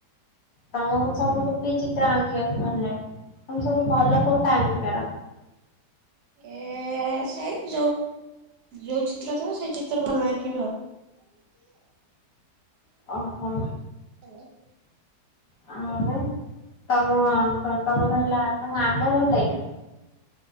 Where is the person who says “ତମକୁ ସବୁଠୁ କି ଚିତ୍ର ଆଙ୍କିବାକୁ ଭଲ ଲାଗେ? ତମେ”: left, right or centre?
Left